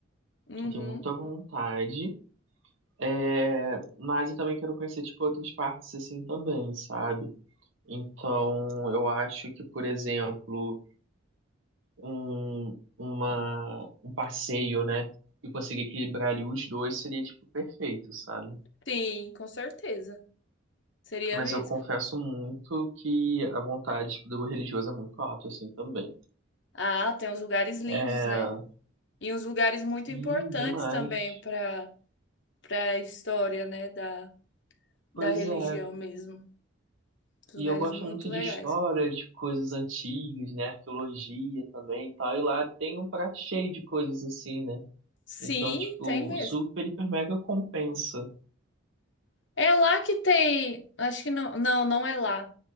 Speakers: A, on the left; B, on the right.
A: Uhum.
B: Eu tenho muita vontade. É, mas eu também quero conhecer, tipo, outras partes assim também, sabe? Então, eu acho que, por exemplo, um, uma, um passeio, né? E conseguir equilibrar ali os dois seria, tipo, perfeito, sabe?
A: Sim, com certeza. Seria
B: Mas
A: mesmo.
B: eu confesso muito que a vontade tipo, do religioso é muito alta, assim, também.
A: Ah, tem uns lugares lindos,
B: É,
A: né? E uns lugares muito
B: sim,
A: importantes
B: demais.
A: também para para a história, né, da, da
B: Pois
A: religião
B: é.
A: mesmo. Uns
B: E
A: Lugares
B: eu gosto
A: muito
B: muito
A: legais.
B: de história, de coisas antigas, né? Arqueologia também e tal. E lá tem um prato cheio de coisas assim, né?
A: Sim,
B: Então, tipo,
A: tem mesmo.
B: super, hiper, mega compensa.
A: É lá que tem, acho que não, não, não é lá.